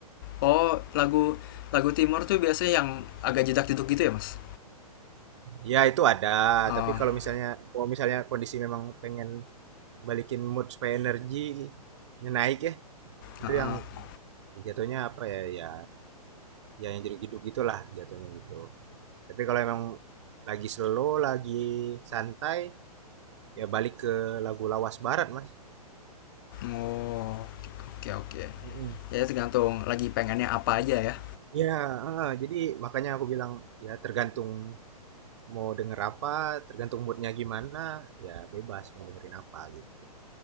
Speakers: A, on the left; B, on the right.
A: oh lagu lagu timur tuh biasanya yang agak jedak jeduk gitu ya mas
B: Ya, itu ada.
A: oh
B: Tapi kalau misalnya, kalau misalnya kondisi memang pengen balikin mood supaya energinya naik ya, itu
A: heeh.
B: yang ya jatuhnya apa ya, ya, ya yang jadi hidup gitulah jatuhnya gitu. tapi kalau emang lagi slow lagi santai ya balik ke lagu lawas barat mas
A: oh oke oke
B: Mm-mm.
A: ya tergantung lagi pengennya apa aja ya
B: ya eh, jadi makanya aku bilang ya tergantung mau denger apa tergantung moodnya gimana ya bebas mau dengerin apa gitu